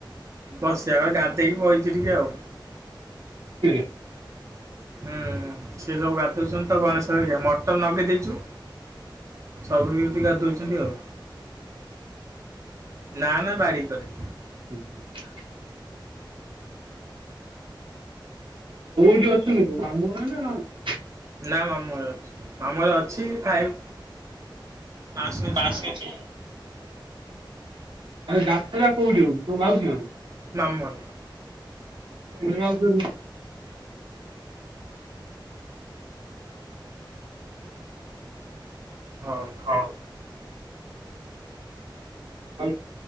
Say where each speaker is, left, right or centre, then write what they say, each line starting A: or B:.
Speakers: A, on the right (about 40°); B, on the right (about 85°).
A: ବସିବା କଥା ଗାଧେଇକି ବଇଛି ଟିକେ ଆଉ।
B: ଏରେ <inaudible>
A: ହୁଁ ସିଏ ସବୁ ଗାଧଉଛନ୍ତି ତ ଗଣେଶହରିକା ମଟନ୍ ନଗେଇ ଦେଇଛୁ। ସବୁତି ଗାଧୋଇଛନ୍ତି ଆଉ। ନା ନା ବାଡି କରେ।
B: ହୁଁ ହୁଁ। କୋଉଠି ଅଛନ୍ତି କୋ ମାମୁ <unintelligible>
A: ନା ମାମୁଁ ହରେ ମାମୁଁହରେ ଅଛି ଖାଇ। ପାଶୂଛି
B: ମାଉସୀ ଅଛି। ଯାତ୍ରା କୋଉଠି ହଉଛି ତୁ ମାଉସୀ ସରୁ।
A: ମାମୁଁ ହରେ।
B: ପୁଣି ମାଉସୀ ଘରୁ ଯିବୁ।
A: ହଉ।
B: ହଉ <unintelligible>